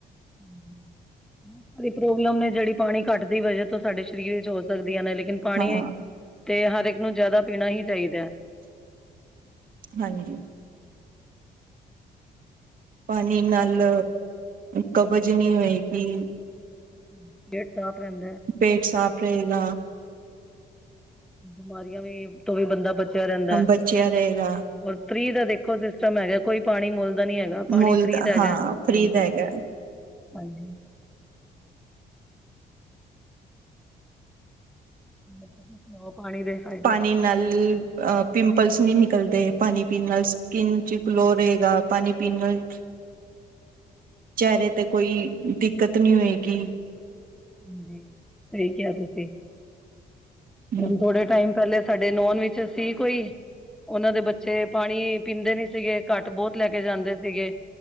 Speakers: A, in the centre; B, on the right.
A: ਹਮ, ਬਹੁਤ ਸਾਰੀ ਪ੍ਰੋਬਲਮ ਨੇ ਜੇੜੀ ਪਾਣੀ ਘੱਟ ਦੀ ਵਜ੍ਹਾ ਤੋਂ ਸਾਡੇ ਸਰੀਰ ਵਿੱਚ ਹੋ ਸਕਦੀਆਂ ਨੇ, ਲੇਕਿਨ ਪਾਣੀ,
B: ਹਾਂ
A: ਤੇ ਹਰ ਇੱਕ ਨੂੰ ਜ਼ਾਦਾ ਪੀਣਾ ਹੀ ਚਾਹੀਦਾ।
B: ਹਾਂਜੀ। ਪਾਣੀ ਨਾਲ, ਕਬਜ਼ ਨੀ ਹੋਏਗੀ।
A: ਹੂੰ, ਪੇਟ ਸਾਫ਼ ਰੈਂਦੈ।
B: ਪੇਟ ਸਾਫ਼ ਰਏਗਾ।
A: ਬਿਮਾਰੀਆਂ ਵੀ ਤੋਂ ਵੀ ਬੰਦਾ ਬਚੇਆ ਰੈਂਦਾ।
B: ਹਮ ਬਚਿਆ ਰਹੇਗਾ
A: ਔਰ ਫ੍ਰੀ ਦਾ ਦੇਖੋ ਸਿਸਟਮ ਹੈਗਾ ਕੋਈ ਪਾਣੀ ਮੁੱਲ ਦਾ ਨੀ ਹੈਗਾ, ਪਾਣੀ
B: ਮੁੱਲ
A: ਫ੍ਰੀ ਦਾ ਹੈਗਾ
B: ਹਾਂ ਫ੍ਰਰੀ
A: ਹਾਂਜੀ-ਹਾਂਜੀ।
B: ਦਾ ਹੈਗਾ
A: <unintelligible> ਤੁਸੀ ਸੁਨਾਓ ਪਾਣੀ ਦੇ ਫਾਇਦੇ
B: ਪਾਨੀ ਨਾਲ ਅ ਪਿੰਪਲਸ ਨੀ ਨਿਕਲਦੇ ਪਾਨੀ ਪੀਨ ਨਾਲ ਸਕਿੰਨ ਚ ਗਲੋ ਰਏਗਾ, ਪਾਨੀ ਪੀਨ ਨਾਲ
A: <inaudible>
B: ਚੈਰੇ ਤੇ ਕੋਈ ਦਿੱਕਤ ਨੀ ਹੋਏਗੀ।
A: ਹਾਜੀ ਸਈ ਕੇਆ ਤੁਸੀਂ,
B: ਹਮ
A: ਹੁਨ ਥੋੜੇ ਟਾਈਮ ਪੈਲੇ ਸਾਡੇ ਨੋਨ ਵਿੱਚ ਸੀ ਕੋਈ ਓਨਾਂ ਦੇ ਬੱਚੇ ਪਾਣੀ ਪੀਂਦੇ ਨੀ ਸੀਗੇ ਘੱਟ ਬੋਤ ਲੈ ਕੇ ਜਾਂਦੇ ਸੀਗੇ